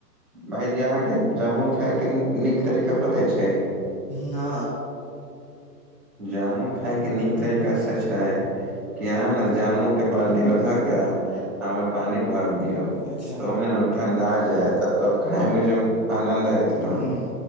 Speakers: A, in the centre; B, on the left.
A: भायजी अहाँके जामुन खाायके नीक तरीका पता छै
B: ना
A: जामुन खायके नीक तरीकासँ छै कि यहाँ ने जामुन के बाल्टी मे धोकऽ आ पानी भर दियौ
B: अच्छा
A: त ओहिमे ने ठंडा जायत तब खाय मे जे आनन्द आयत ने
B: हूँ